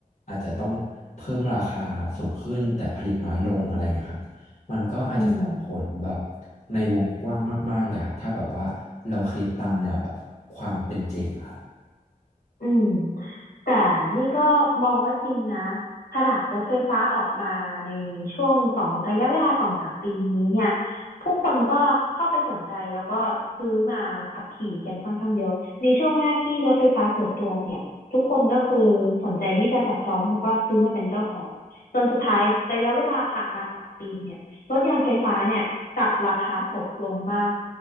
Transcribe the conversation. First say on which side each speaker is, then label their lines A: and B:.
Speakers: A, on the left; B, on the left.
A: อาจจะต้องเพิ่มราคาสูงขึ้นแต่ผลิตน้อยลงอะไรเงี้ยครับ มันก็อาจจะส่งผลแบบ
B: อืม
A: ในวงกว้างมากๆเลยครับถ้าแบบว่าเราคิดตามแนวแบบความเป็นจริงอะครับ
B: อืม แต่นี่ก็มองว่าจริงนะขนาดรถไฟฟ้าออกมาในช่วงสองระยะเวลาสองสามปีนี้เนี่ยผู้คนก็เข้าไปสนใจแล้วก็ซื้อมาขับขี่กันค่อนข้างเยอะในช่วงแรกที่รถไฟฟ้าเปิดตัวเนี่ยทุกคนก็คือสนใจที่จะจับจองแล้วก็ซื้อมาเป็นเจ้าของจนสุดท้ายระยะเวลาผ่านมาสามปีเนี่ยรถยนต์ไฟฟ้าเนี่ยกลับราคาตกลงมาก